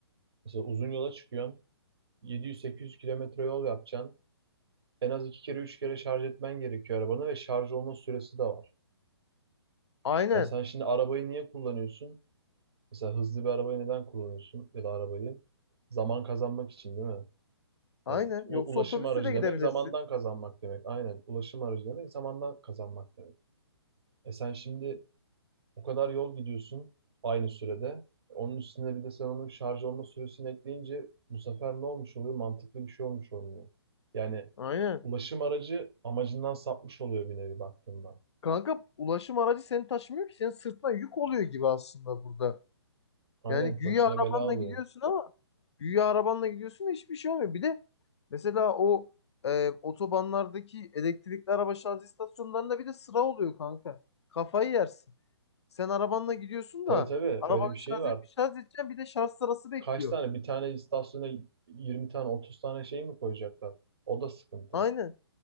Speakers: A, on the right; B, on the left.
A: Mesela uzun yola çıkıyorsun. 700-800 kilometre yol yapacaksın. En az iki kere üç kere şarj etmen gerekiyor arabanı ve şarj olma süresi de var.
B: Aynen.
A: Ya sen şimdi arabayı niye kullanıyorsun? Mesela hızlı bir arabayı neden kullanıyorsun ya da arabayı? Zaman kazanmak için değil mi?
B: Aynen.
A: Yani u-
B: Yoksa
A: ulaşım
B: otobüsle
A: aracı
B: de gidebilirsin.
A: demek zamandan kazanmak demek. Aynen ulaşım aracı demek zamandan kazanmak demek. E sen şimdi O kadar yol gidiyorsun aynı sürede. Onun üstüne bir de sen onun şarj olma süresini ekleyince bu sefer ne olmuş oluyor? Mantıklı bir şey olmuş olmuyor. Yani
B: Aynen.
A: ulaşım aracı amacından sapmış oluyor bir nevi baktığında.
B: Kanka ulaşım aracı seni taşımıyor ki senin sırtına yük oluyor gibi aslında burada.
A: Aynen
B: Yani güya
A: başına
B: arabanla
A: bela alıyor.
B: gidiyorsun ama güya arabanla gidiyorsun da hiçbir şey olmuyor. Bir de mesela o e, otobanlardaki elektrikli araba şarj istasyonlarında bir de sıra oluyor kanka. Kafayı yersin. Sen arabanla gidiyorsun
A: Tabii
B: da
A: tabii
B: arabanı
A: öyle bir şey
B: şarj
A: var.
B: et, bir şarj edeceksin bir de şarj sırası bekliyor.
A: Kaç tane bir tane istasyona 20 tane 30 tane şey mi koyacaklar? O da sıkıntı.
B: Aynen,